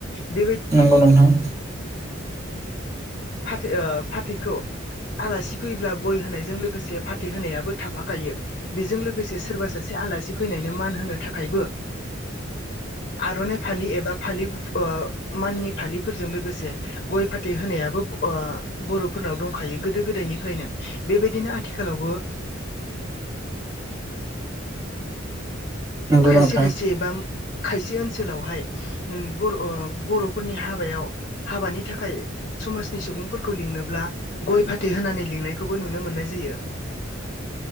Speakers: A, on the left; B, on the right.
A: बेबायदि
B: नंगौ नोंथां।
A: फाथै फाथैखौ आलासि फैयोब्ला गय होनायजों लोगोसे फाथै होनायाबो थाफाखायो बेजों लोगोसे सोरबा सासे आलासि फैनायनो मान होनो थाखायबो आर'नाइ फालि एबा फालि माननि फालिफोरजों लोगोसे गय फाथै होनायाबो बर'फोरनाव दंखायो गोदो गोदायनिफ्रायनो बेबायदिनो आथिखालावबो
B: नंगौ
A: खायसे
B: नोंथां
A: खायसे एबा खायसे ओनसोलावहाय बर' बर'फोरनि हाबायाव हाबानि थाखाय समाजनि सुबुंफोरखौ लिंनोब्ला गय फाथै होनानै लिंनायखौबो नुनो मोननाय जायो।